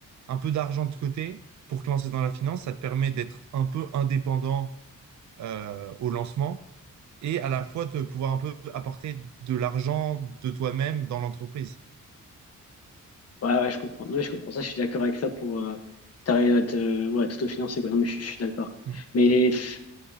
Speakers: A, on the right; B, on the left.
A: un peu d'argent de côté pour te lancer dans la finance, ça te permet d'être un peu indépendant euh, au lancement et à la fois de pouvoir un peu apporter de l'argent de toi-même dans l'entreprise.
B: Ouais, ouais, je comprends. Non, mais je comprends ça, je suis d'accord avec ça pour euh, t'arrives à te, euh, ouais, tout t'autofinancer, quoi. Non, mais je, je suis d'accord.
A: Mm.
B: Mais pff,